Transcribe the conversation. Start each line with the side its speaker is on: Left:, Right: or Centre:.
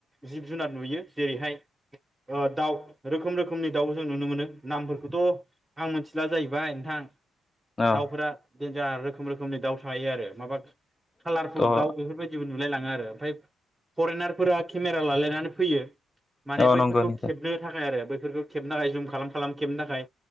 Right: जिब जुनार नुयो जेरैहाय दाउ रोखोम रोखोमनि दाउ जों नुनो मोनो नामफोरखौथ' आं मिथिला जाहैबाय नोंथां
Left: अ
Right: दाउफोरा जा रोखोम रोखोमनि दाउ थायो आरो माबा कालारफुल
Left: थ
Right: दाउ बेफोरबायदिबो नुलायलाङो आरो ओमफ्राय फरेनारफोरा केमेरा लालायनानै फैयो। माने
Left: अ
Right: बैफोरखौ
Left: नंगौ नोंथां
Right: खेबनो थाखाय आरो बे खेबनो थाखाय जुम खालाम खेबनो थाखाय